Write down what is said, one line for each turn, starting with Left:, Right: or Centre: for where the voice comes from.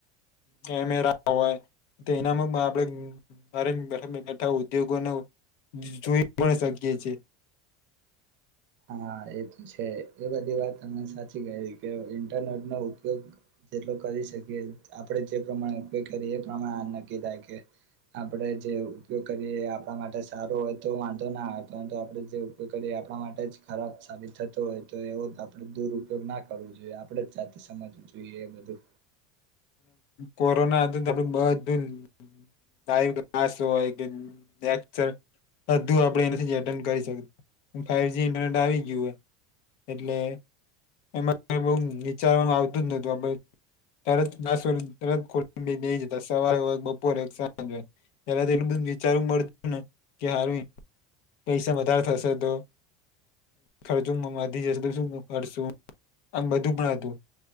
Left: કેમેરા હોય તો એનામાં આપણે ઘરે બેઠા ઉદ્યોગોને જોઈ પણ શકીએ છીએ
Right: હા એ તો છે એ બધી વાત તમને સાચી કહી કે ઇન્ટરનેટનો ઉપયોગ જેટલો કરી શકીએ આપણે જે પ્રમાણે ઉપયોગ કરીએ એ પ્રમાણે આ નક્કી થાય કે આપણે જે ઉપયોગ કરીએ આપણા માટે સારો હોય તો વાંધો ના આવે પરંતુ આપણે જે ઉપયોગ કરીએ આપણા માટે જ ખરાબ સાબિત થતો હોય તો એવો આપણે દુરુપયોગ ના કરવો જોઈએ. આપણે જ જાતે સમજવું જોઈએ એ બધું
Left: કોરોના આપ બધું લાઈવ ક્લાસ હોય કે લેચર બધું આપ એના કરી ફવ જી ઇન્ટરનેટ આવી ગયું હોય એટલે એમાં બ વિચારનું આવતું જ નતું. તરત દસ વ ખ બે જતા સવારે બપોરે સાંજ ત એટું બધું વિચારવું મળતું ને કે હાર પૈસા વધારે થશે તો, ખર્ચો વધી જશે તો શું કરશું આમ બધું પણ હતું